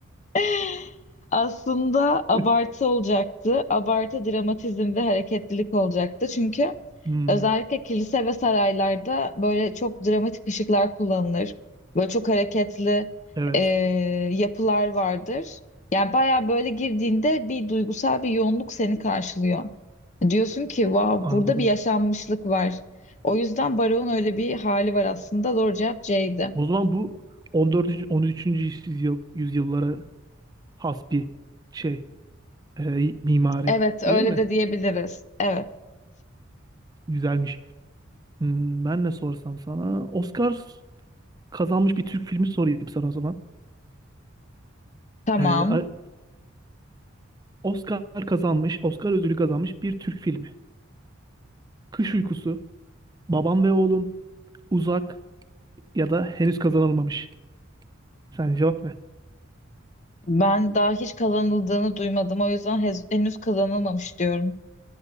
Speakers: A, on the left (about 35°); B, on the right (about 20°).
A: <laughs> Aslında abartı
B: <laughs>
A: olacaktı. Abartı dramatizm ve hareketlilik olacaktı. Çünkü
B: Hmm.
A: özellikle kilise ve saraylarda böyle çok dramatik ışıklar kullanılır. Böyle çok hareketli
B: Evet.
A: e, yapılar vardır. Yani baya böyle girdiğinde bir duygusal bir yoğunluk seni karşılıyor. Diyorsun ki wow
B: Anladım.
A: burada bir yaşanmışlık var. O yüzden Baro'nun öyle bir hali var aslında. Doğru cevap C'ydi.
B: O zaman bu 14. 13. yüzyıl yüzyıllara has bir şey. e, mimari
A: Evet öyle
B: değil mi?
A: de diyebiliriz. Evet
B: Güzelmiş. Hmm, ben ne sorsam sana? Oscar kazanmış bir Türk filmi sorayım sana o zaman.
A: tamam.
B: Ee, a- Oscar kazanmış, Oscar ödülü kazanmış bir Türk filmi. Kış Uykusu, Babam ve Oğlum, Uzak ya da Henüz Kazanılmamış. Sen cevap ne?
A: Ben daha hiç kazanıldığını duymadım. O yüzden hez- henüz kazanılmamış diyorum.